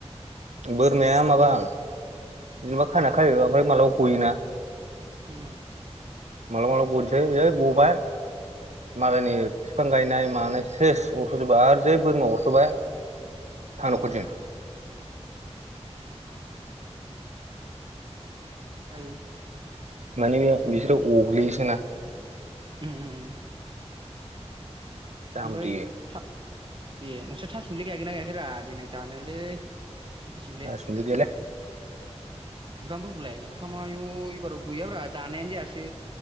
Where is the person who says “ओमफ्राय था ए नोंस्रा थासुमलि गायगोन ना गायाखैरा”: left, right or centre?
Right